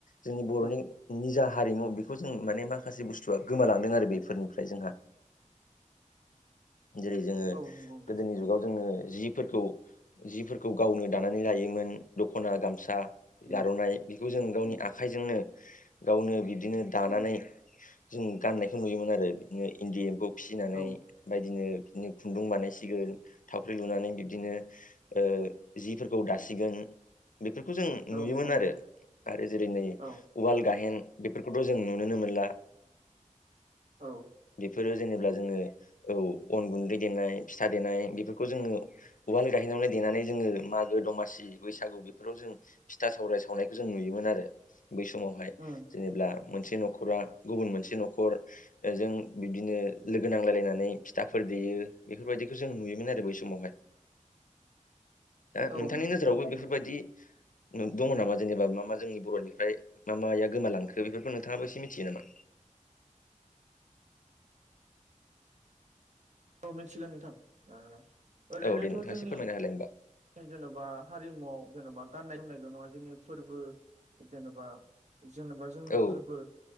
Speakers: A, on the left; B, on the right.
A: जोंनि बर'नि
B: ओं
A: निजा हारिमु बेखौ जों माने माखासे बुस्थु थुआ गोमालांदों आरो बेफोरनिफ्राय जोंहा जेरै जोङो
B: औ नंगौ नोंथां
A: गोदोनि जुगाव जोङो जिफोरखौ जिफोरखौ गावनो दानानै लायोमोन दख'ना गामसा
B: ओं
A: आर'नाइ बेखौ जों गावनि
B: ओं
A: आखाइजोंनो गावनो बिबदिनो दानानै
B: ओं
A: जों गाननायखौ नुयोमोन आरो बिदिनो इन्दि एम्फौ फिसिनानै
B: औ
A: बायदिनो बिदिनो खुन्दुं बानायसिगोन थावख्रि लुनानै बिबदिनो ओ जिफोरखौ दासिगोन बेफोरखौ जों
B: औ
A: नुयोमोन
B: नंगौ नोंथां
A: आरो आरो जेरै नै
B: औ
A: उवाल गाहेन बेफोरखौथ' जों नुोननो मोनला
B: औ
A: बेफोरो जेनेबा जोङो औ अन गुन्दै देनाय फिथा देनाय बेफोरखौ जोङो उवाल गायैनायावनो देनानै जोङो मागो दमासि बैसागु बेफोराव जों फिथा सावराय सावनायखौ जों नुयोमोन आरो बै समावहाय
B: ओं
A: जेनेबब्ला मोनसे न'खरा गुबुन मोनसे न'खर जों बिब्दिनो लोगो नांलायलायनानै फिथाफोर देयो बेफोरबायदिखौ जों नुयोमोन आरो बै समावहाय दा
B: औ
A: नोंथांनि
B: नंगौ
A: नोजोरावबो
B: नोंथां
A: बेफोरबायदि दङ नामा जेनेबा मा मा जोंनि बर'निफ्राय मा माया गोमालांखो बेफोरखौ नोंथाङाबो एसे मिथियो नामा?
B: औ मिथिगोन नोंथां। ओरैनोथ'
A: औ देोंथांसे
B: जोंनि
A: फोरमाय होलाय होनबा
B: जेन'बा हारिमुवआव जेन'बा गाननाय जोमनाय द नङा जोंनि फोरबो जेनेबा जेनेबा जोंनि
A: औ
B: फोरबो